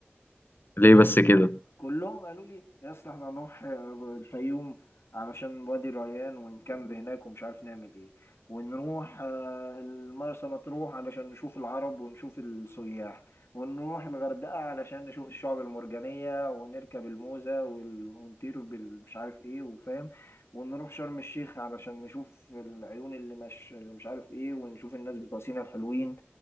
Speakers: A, on the left; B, on the left.
A: ليه بس كده
B: كلهم قالوا لي يا اسطى احنا هنروح آه، الفيوم علشان وادي الريان ونكامب هناك ومش عارف نعمل ايه ونروح آه، المرسى مطروح علشان نشوف العرب ونشوف السياح ونروح الغردقة علشان نشوف الشعب المرجانية ونركب الموزة وال- ونطير بالمش عارف ايه وفاهم ونروح شرم الشيخ علشان نشوف العيون اللي مش اللي مش عارف ايه ونشوف الناس بتوع سينا الحلوين